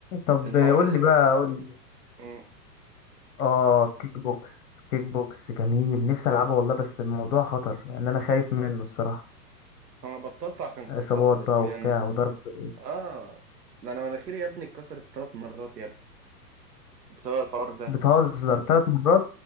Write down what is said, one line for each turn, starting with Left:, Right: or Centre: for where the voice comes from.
Left: طب
Right: الحوار
Left: قول لي بقى قول لي
Right: مم،
Left: اه كيك بوكس كيك بوكس جميل نفسي العبه والله بس الموضوع خطر لان انا خايف منه الصراحة
Right: انا بطلت عشان كان
Left: اصابات
Right: خطر يا زميلي
Left: بقى وبتاع
Right: انا
Left: وضرب بالإيد.
Right: اه ده انا مناخيري يا ابني اتكسرت ثلاث مرات يا ابني بسبب الحوار ده
Left: بتهزر ثلاث مرات